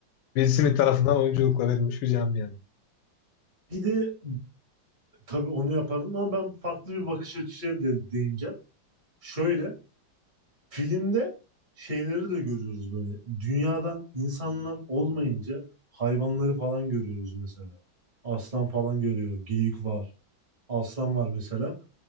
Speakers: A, on the left; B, on the right.
A: Will Smith tarafından oyunculukla verilmiş bir cevap yani.
B: Bir de tabii onu yapardım ama ben farklı bir bakış açısıyla de değineceğim. Şöyle filmde şeyleri de görüyoruz böyle. Dünyadan insanlar olmayınca hayvanları falan görüyoruz mesela. Aslan falan görüyor. Geyik var. Aslan var mesela.